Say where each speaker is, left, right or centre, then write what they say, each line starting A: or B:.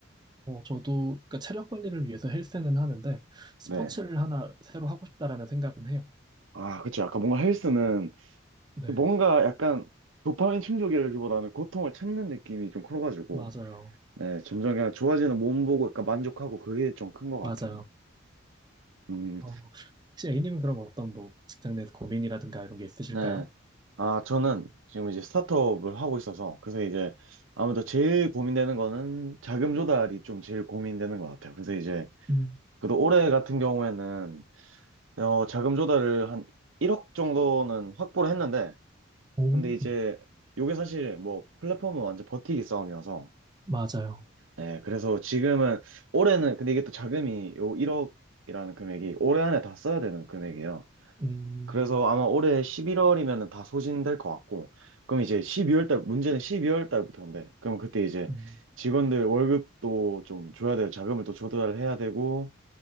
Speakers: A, on the right; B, on the right.
A: 어, 저도 그 체력 관리를 위해서 헬스는 하는데 스포츠를
B: 네.
A: 하나 새로 하고 싶다라는 생각은 해요.
B: 아, 그쵸. 약간 뭔가 헬스는
A: 네,
B: 뭔가 약간 도파민 충족이라기보다는 고통을 참는 느낌이 좀 커가지고,
A: 맞아요.
B: 네, 점점 그냥 좋아지는 몸 보고 약간 만족하고 그게 좀 큰 것 같아요.
A: 맞아요.
B: 음,
A: 어, 혹시 A님은 그럼 어떤 뭐 직장 내에서 고민이라든가 이런 게 있으실까요?
B: 네. 아, 저는 지금 이제 스타트업을 하고 있어서, 그래서 이제 아무래도 제일 고민되는 거는 자금 조달이 좀 제일 고민되는 것 같아요. 그래서 이제,
A: 음,
B: 그래도 올해 같은 경우에는, 어, 자금 조달을 한 1억 정도는 확보를 했는데,
A: 오,
B: 근데 이제, 요게 사실 뭐 플랫폼은 완전 버티기 싸움이어서,
A: 맞아요.
B: 네, 그래서 지금은 올해는 근데 이게 또 자금이 요 1억이라는 금액이 올해 안에 다 써야 되는 금액이에요.
A: 음,
B: 그래서 아마 올해 11월이면 다 소진될 것 같고, 그럼 이제 12월 달 문제는 12월 달부터인데, 그럼 그때 이제
A: 음,
B: 직원들 월급도 좀 줘야 될 자금을 또 조달을 해야 되고,